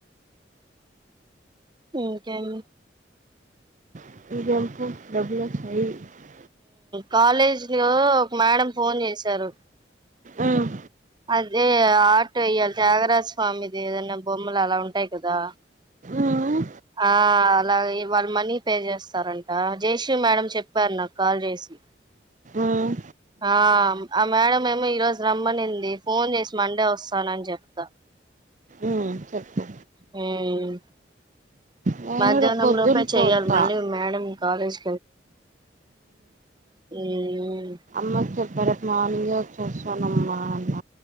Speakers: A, on the right; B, on the right.
A: ఇకేం
B: <unintelligible> డబ్ల్యూ హెచ్ <unintelligible>
A: కాలేజీ లో ఒక మేడం ఫోన్ చేసారు
B: ఉమ్
A: అదే ఆట వేయ్యాలి త్యాగరాజ స్వామిది ఏదైనా బొమ్మలు అలా ఉంటాయి కదా
B: ఉమ్
A: ఆ అలాగే వాళ్ళ మనీ పే చేస్తారంట జయశ్రీ మేడం చెప్పారు నాకు కాల్ చేసి
B: ఉమ్
A: ఆ ఆ మేడం ఏమో ఈ రోజు రమ్మనింది ఫోన్ చేసి మండే వస్తానని చెప్తా
B: ఉమ్ చెప్పు
A: మ్మ్
B: నేను
A: మధ్యాహ్నం
B: రేపు పొద్దున
A: లోపే చెయ్యాలి
B: పోతా
A: మళ్ళీ మేడం కాలేజ్ <unintelligible>
B: అమ్మ చెప్పారు మార్నింగ్ వచ్చేస్తానమ్మా అని